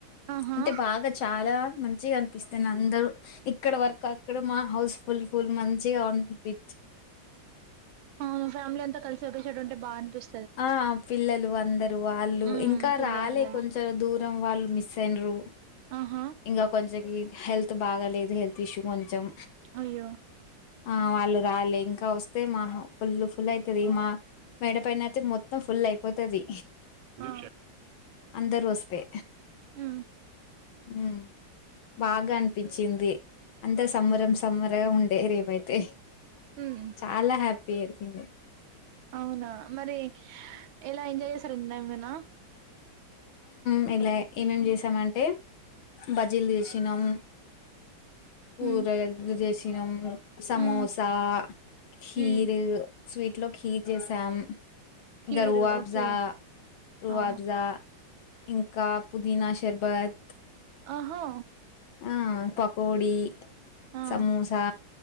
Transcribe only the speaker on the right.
ఆహా
అవును ఫ్యామిలీ అంతా కలిసి ఒకే సైడుంటే బాగా అనిపీస్
హ్మ్
పెద్దల
పిల్లలు
ఆహా
అయ్యో
ఆ
హు
ఉమ్
అవునా మరి ఎలా ఎంజాయ్ చేసరన్నామనా
ఉమ్
ఉమ్
ఉమ్
కీర్
ఓకే
ఆ
ఆహా
ఆ